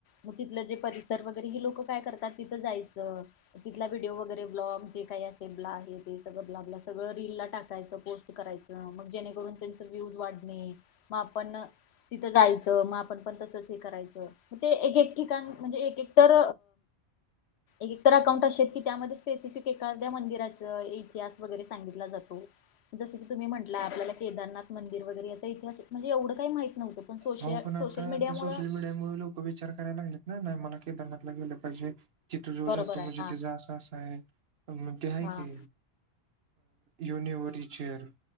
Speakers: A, on the left (about 75°); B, on the right (about 70°).
A: मग तिथलं जे परिसर वगैरे हे लोक काय करतात तिथं जायचं. तिथला व्हिडिओ किंवा ब्लॉग जे काही असेल. ते ब्ला हे ते, ब्ला ब्ला ब्ला. सगळं रील ला टाकायचं, पोस्ट करायचं. मग जेणेकरून त्यांच व्ह्यूज वाढणे मग आपण. तिथं जायचं मग आपण पण तसंच हे करायचं मग ते एकेक ठिकाण म्हणजे एक एक तर एकतर अकाउंट असेेत की त्यामध्ये स्पेसिफिक एका. त्या मंदिराचा वगैरे इतिहास सांगितला जातो. जसं की तुम्ही म्हटला आपल्याला केदारनाथ मंदिर वगैरे याचा इतिहास म्हणजे एवढं काही माहित नव्हतं पण सोशल
B: हो पण आता
A: सोशल मीडियामुळ
B: त्या सोशल मीडिया मुळ लोक विचार कराय लागले तना नाही मला केदारनाथला गेलं पाहिजे. तिथ जीव
A: बरोबर
B: जातो
A: आहे
B: म्हणजे
A: हा
B: त्याज आस आस आहे ते आहे
A: हा
B: की. युनिवर्हचेर